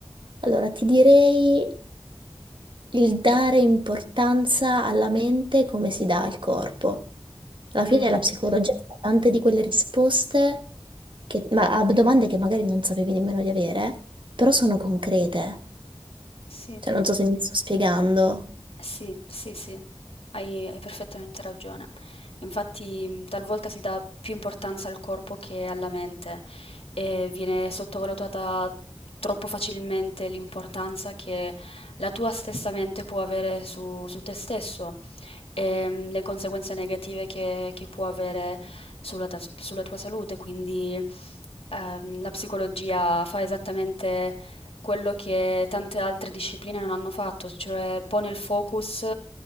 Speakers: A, on the right; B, on the left.
A: allora ti direi il dare importanza alla mente come si dà al corpo. Alla
B: Mm,
A: fine la psicologia ha tante di quelle risposte che- ma a domande che magari non sapevi nemmeno di avere, però sono concrete.
B: sì.
A: Cioè non so se mi sto spiegando.
B: Sì, sì, sì, hai, hai perfettamente ragione. Infatti, mh, talvolta si dà più importanza al corpo che alla mente e viene sottovalutata troppo facilmente l'importanza che la tua stessa mente può avere su, su te stesso e mh, le conseguenze negative che, che può avere sulla, ta- sulla tua salute. Quindi, ehm, la psicologia fa esattamente quello che tante altre discipline non hanno fatto, cioè pone il focus